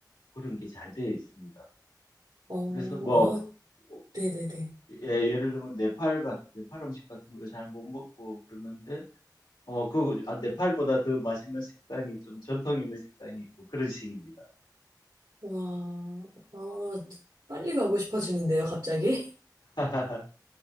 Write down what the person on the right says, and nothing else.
어,
아,
네네네.
와, 아,
빨리 가고 싶어지는데요, 갑자기?